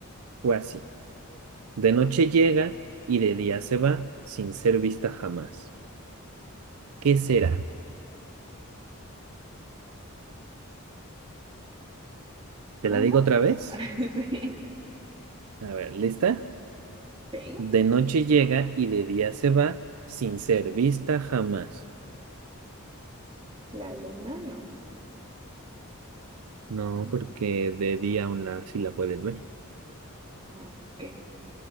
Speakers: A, on the right; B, on the right.
A: fue así. De noche llega y de día se va, sin ser vista jamás. ¿Qué será? ¿Te
B: ¿Cómo?
A: la digo otra vez?
B: <laughs> Sí,
A: A ver, ¿lista?
B: sí.
A: De noche llega y de día se va, sin ser vista jamás.
B: La luna no.
A: No,
B: Mm,
A: porque de día aún la, sí la puedes ver.
B: no, ok.